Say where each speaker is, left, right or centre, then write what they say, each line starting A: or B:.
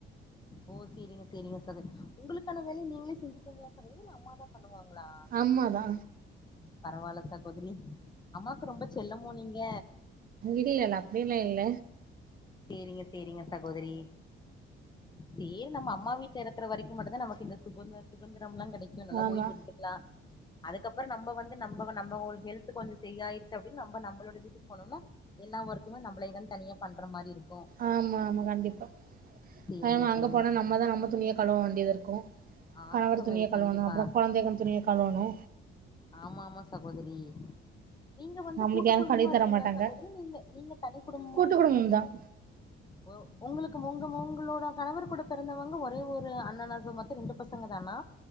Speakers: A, on the left; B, on the right.
A: ஓ சேரிங்க சேரிங்க சகோதரி உங்களுக்கான வேலய நீங்களே செஞ்சுப்பீங்களா சகோதரி இல்ல அம்மாதா பண்ணுவாங்களா
B: ம்மா தா
A: பரவால சகோதிரி அம்மாக்கு ரொம்ப செல்லமோ நீங்க
B: இடியல்ல அப்டியெல்லா இல்ல
A: சேரிங்க சேரிங்க சகோதரி தே நம்ம அம்மா வீட்ல இருக்கிற வரைக்கு மட்டுந்தா நமக்கு இந்த சுகந்திர சுகந்திரம்லா கெடைக்கு நல்லா
B: ஆமா
A: ஓய்வு எடுத்துக் லா அதுக்கப்றோ நம்ப வந்து நம்ப நம்ம ஹெல்து கொஞ்சோ சரியாயிருச்சு அப்டின்னு நம்ப நம்மளோடைய வீட்டுக்கு போனோம்னா எல்லா ஒர்க்குமே நம்ளேதா தனியா பண்ற மாரிருக்கு
B: ஆமா ஆமா கண்டிப்பா
A: சேரிங்க
B: ஆமா அங்க
A: சேரிங்க
B: போனா
A: சகோதரி
B: நம்மதா நம்ம துணியா கழுவ வேண்டியதாருக்கு
A: ஆமா
B: கணவர்
A: சகோதரி
B: துணிய கழுவணு
A: கண்டிப்பா
B: அப்றோ கொழந்தைக துணிய கழுவணு
A: ஆமா ஆமா சகோதரி நீங்க வந்து
B: நம்மளுக்கு
A: கூட்டு
B: யாரும்
A: குடும்பமா
B: கழுவி
A: இருக்கீங்களா
B: தர மாட்டாங்க
A: சகோதரி நீங்க நீங்க தனி குடும்பமா
B: கூட்டு
A: இருக்கீங்களா
B: குடும்பம்
A: சகோதரி
B: தான்
A: ஒ‌ உங்களுக்கு முங்க முங்களோ க கணவர் கூட பொறந்தவங்க ஒரே ஒரு அண்ணனுசம் மொத்தோ ரெண்டு பசங்க தானா